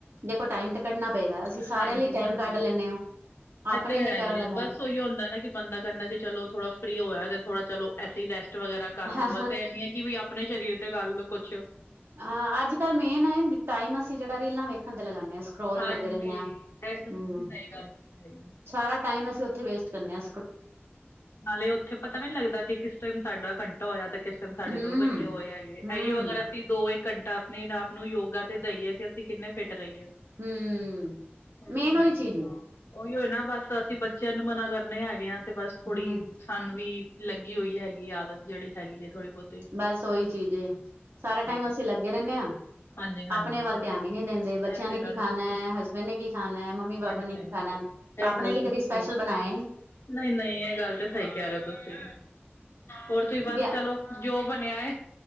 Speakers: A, on the right; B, on the left.
A: ਦੇਖੋ ਟਾਈਮ ਤੇ ਕੱਢਣਾ ਪਏਗਾ ਅਸੀਂ ਸਾਰਿਆਂ
B: ਹਾਂਜੀ
A: ਲਈ ਟਾਈਮ
B: ਹਾਂਜੀ
A: ਕੱਢ ਲੈਂਦੇ ਹਾਂ ਆਪਣੇ
B: ਇਹ ਤੇ
A: ਲਈ
B: ਹੈ
A: ਕਰਨ
B: ਹੀ
A: ਲਈ।
B: ਹੈ ਬਸ ਉਹੀ ਹੁੰਦਾ ਨਾ ਕਿ ਬੰਦਾ ਕਹਿੰਦਾ ਕਿ ਚਲੋ ਥੋੜਾ ਫਰੀ ਹੋਏ ਤੇ ਥੋੜਾ ਚਲੋ ਐਸੀ ਹੀ ਰੈਸਟ ਵਗੈਰਾ। ਕਰਲੋ
A: ਹਾਂ
B: ਬਸ ਇਹ ਨੀ ਹੈ ਕਿ ਵੀ ਆਪਣੇ ਸਰੀਰ ਤੇ ਗੱਲ ਕੁੱਛ
A: ਹਾਂ ਅੱਜ ਕੱਲ੍ਹ ਮੇਨ ਟਾਈਮ ਅਸੀਂ ਜਿਹੜਾ ਰੀਲਾਂ ਵੇਖਣ ਤੇ ਲਗਾਨੇਂ ਹਾਂ। ਸਕਰੋਲ
B: ਹਾਂਜੀ
A: ਕਰਦੇ ਰਹਿੰਦੇ ਹਾਂ
B: ਇਹ ਤਾਂ ਤੁਸੀਂ
A: ਹਮ
B: ਸਹੀ ਗੱਲ ਕਈ ਹੈ।
A: ਸਾਰਾ ਟਾਈਮ ਅਸੀਂ ਉਥੇ ਵੇਸਟ ਕਰਨੇ ਆ।
B: ਨਾਲੇ ਉੱਥੇ ਪਤਾ ਨੀ ਲੱਗਦਾ ਕਿ ਕਿਸ ਟਾਈਮ ਸਾਡਾ ਘ ਹੋਇਆ ਤੇ ਕਿਸ ਟਾਈਮ ਸਾਡੇ
A: ਹਮ
B: ਦੋ ਘੰਟੇ ਹੋਏ ਹੈਗੇ ਇਹੀਏ
A: ਹਮ
B: ਅਗਰ ਅਸੀਂ ਦੋ ਇੱਕ ਘੰਟਾ ਆਪਣੇ ਆਪ ਨੂੰ ਯੋਗਾ ਤੇ ਦਈਏ ਤੇ ਅਸੀਂ ਕਿੰਨੇ ਫਿਟ ਰਹੀਏ।
A: ਹਮ
B: ਏਤੇ
A: ਮੇਨ ਉਹੀ
B: ਹੈਈ
A: ਚੀਜ਼
B: ਏਨਾ
A: ਏ,
B: ਉਹੀ ਹੋਏ ਨਾ ਬਸ ਅਸੀਂ ਚੀਨ ਮਨਾ ਕਰਨੇ ਹੈਗੇ ਆ ਤੇ ਬਸ
A: ਹਮ
B: ਥੋੜੀ ਸਾਨੂੰ ਵੀ ਲੱਗੀ ਹੋਈ ਹੈਗੀ ਆਦਤ ਜਿਹੜੀ ਹੈਗੀ ਹੈ ਥੋੜੀ ਬਹੁਤ।
A: ਬਸ ਉਹੀ ਚੀਜ਼ ਏ ਸਾਰਾ ਟਾਈਮ
B: ਬਸ।
A: ਅਸੀਂ ਲੱਗੇ ਰਹਿੰਨੇ ਆ।
B: ਹਾਂਜੀ-ਹਾਂਜੀ
A: ਆਪਣੇ ਵੱਲ
B: ਇਹ
A: ਧਿਆਨ
B: ਤੇ
A: ਹੀ ਨੀ ਦਿੰਦੇ ਬੱਚਿਆਂ
B: ਇਹ ਤੇ
A: ਨੇ ਕੀ
B: ਗੱਲ
A: ਖਾਣਾ
B: ਤੁਸੀਂ
A: ਹੈ ਹਸਬੈਂਡ ਨੇ ਕੀ ਖਾਣਾ ਹੈ ਮੰਮੀ
B: ਹਾਂਜੀ-ਹਾਂਜੀ
A: ਪਾਪਾ ਨੇ ਕੀ ਖਾਣਾ।
B: ਇਹ
A: ਅਪਣੇ
B: ਗੱਲ
A: ਲਈ
B: ਤਾਂ
A: ਕਦੀ
B: ਤੁਸੀਂ
A: ਸਪੈਸ਼ਲ
B: ਸਹੀ
A: ਬਣਾਇਆ ਨੀ।
B: ਨਹੀਂ ਨਹੀਂ ਇਹ ਗੱਲ ਤੇ ਸਹੀ ਕਹਿ ਰਹੇ ਹੋ ਤੁਸੀ ਹੋਰ ਤੁਸੀਂ ਬਸ
A: ਵਿਆਹ
B: ਚਲੋ ਜੋ ਬਣਿਆ